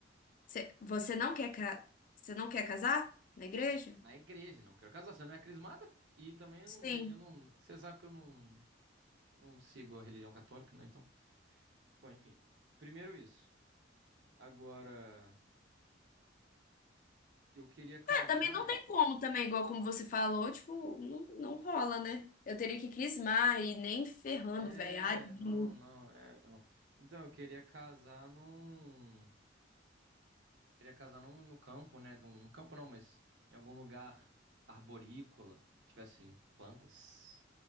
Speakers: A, on the left; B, on the right.
A: Cê- Você não quer, ca- você não quer casar na igreja?
B: Na igreja, não quero casar. Você não é crismada? E também
A: Sim.
B: não, eu não. Você sabe que eu não, não sigo a religião católica, né? Então, bom, enfim. Primeiro isso. Agora, eu queria casar.
A: É, também não tem como, também, igual como você falou, tipo, não, não rola, né? Eu teria que crismar e nem ferrando,
B: É,
A: velho. Ai, muito.
B: não, não, é, não. Então, eu queria casar num. Queria casar num, no campo, né? Num, no campo não, mas em algum lugar arborícola, que tivesse plantas,